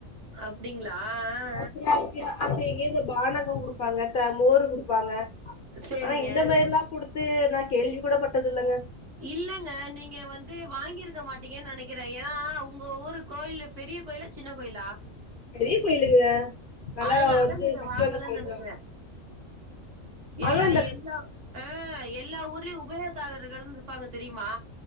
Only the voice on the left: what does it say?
அப்றோ அது அங்க இங்க பானரோ குடுப்பாங்க மோரு குடுப்பாங்க
ஆனா இந்த மாரில்லா குடுத்து நா கேள்வி கூட பட்டது இல்லங்க
பெரிய கோயிலுங்க நல்லா
வந்து
சக்தி
வாய்ந்த கோயில்
தா
ஆனா இந்த